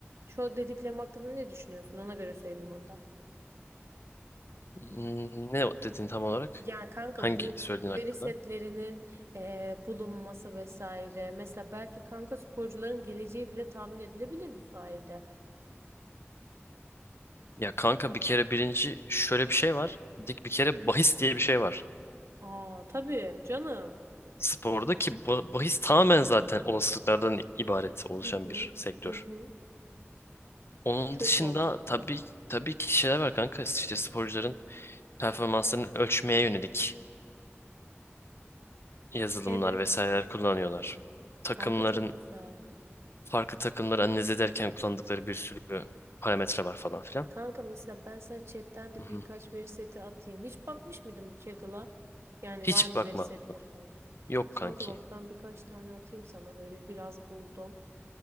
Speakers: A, on the right; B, on the left.
A: şu dediklerim hakkında ne düşünüyorsun? Ona göre söyleyeyim onda.
B: Hmm, Ne dedin tam olarak?
A: Yani kanka
B: Hangi
A: bu
B: söylediğin hakkında?
A: veri setlerinin e, bulunması vesaire. Mesela belki kanka sporcuların geleceği bile tahmin edilebilir bu sayede.
B: Ya kanka bir kere birinci şöyle bir şey var. Dik bir kere
A: Hı.
B: bahis diye bir şey var.
A: Aa tabii canım.
B: Sporda ki ba- bahis tamamen zaten olasılıklardan ibaret oluşan
A: Hı hı.
B: bir sektör.
A: Hı hı.
B: Onun
A: Çok
B: dışında
A: mantıklı.
B: tabii tabii ki şeyler var kanka. İşte sporcuların performanslarını ölçmeye yönelik yazılımlar
A: Evet.
B: vesaireler kullanıyorlar. Takımların
A: Kanka çok güzel.
B: farklı takımları analiz ederken kullandıkları bir sürü parametre var falan filan.
A: Kanka mesela ben sana chatten de
B: Hı
A: birkaç
B: hı.
A: veri seti atayım. Hiç bakmış mıydın bu Kaggle'a? Yani
B: Hiç
A: var mı
B: bakmadım.
A: veri setleri falan?
B: Yok kanki.
A: Kanka bak ben birkaç tane atayım sana böyle biraz buldum.